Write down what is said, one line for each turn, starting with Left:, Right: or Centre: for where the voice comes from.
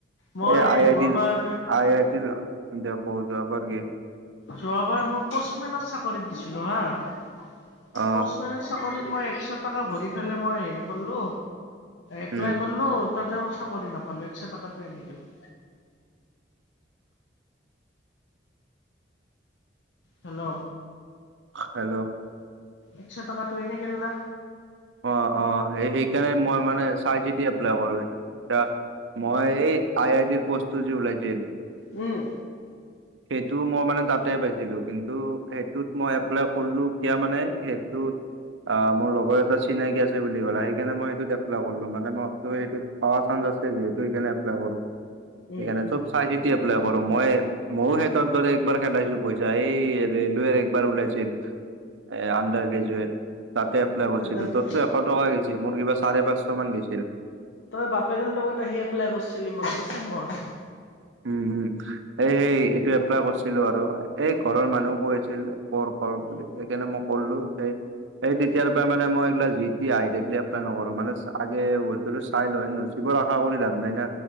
Left: মই
Right: এ আই
Left: যোৱাবাৰ
Right: আই টিৰ আই আই টিৰ- সন্ধিয়া প যোৱা বাৰগে।
Left: যোৱাবাৰ মই পষ্টমেনৰ চাকৰিত দিছিলো হা পষ্টমেনৰ
Right: অ
Left: চাকৰিত- মই একশ টকা ভৰি পেলাই মই হেৰি কৰলো এপ্লাই
Right: উম
Left: কৰিলো- তাতেও চাকৰি নাপালে একশ টকাটো এনেই গেল। হেল্ল'।
Right: হেল্ল'।
Left: একশ টকা তু এনেই গেল না।
Right: অ অ সে সেইকাণে মই মানে চাই চি এপ্লাই কৰো সেইটো। মই এই আই আইটিৰ প্ৰষ্টটো যে ওলাইছিল।
Left: উম।
Right: সেইটো মই মানে তাতে পাইছিলো কিন্তু, সেইটোত মই এপ্লাই কৰিলো কিয় মানে- টোত অ মোৰ লগৰ এটা- চিনাকি আছে বুলি ক'লে সেইকাৰণে মই সেটোত এপ্লাই কৰিলো মানে ম সেইটোত পোৱা চান্ঞ্চ আছে যিহেতু সেইকানে এপ্লাই-
Left: উম
Right: সেইকাৰণে চব চাইহে- এপ্লাই কৰো মই ময়ো হেতৰ দৰে একবাৰ খেলাইছিলো পইচা এই ৰেলৱেৰ একবাৰ ওলাইছিল। এ আণ্ডাৰ গ্ৰেজুেৱেট তাতে এপ্লাই- ছিলো
Left: তাকে
Right: ত'তো এশ টকা গৈছিল মোৰ কিবা চাৰে পাঁচশ মান গৈছিল।
Left: তই বাপেৰৰ লগত আহি এপ্লাই কৰিছিলি মনত আছে মৰ।
Right: উম উম এই সেই এইটো এপ্লাই কৰিছিলো আৰু এই ঘৰৰ মানুহ কৈ আছিল কৰ-
Left: উম
Right: বুলি সেইকাৰণে মই কৰলো সেই- সেই তেতিয়াৰ পৰাই মানে মই এইগিলা জি টি আহি থাকিলে এপ্লাই নকৰো মানে আগে বস্তুতটো চাই লয় ন। বৰ আশা কৰি লাভ নাই না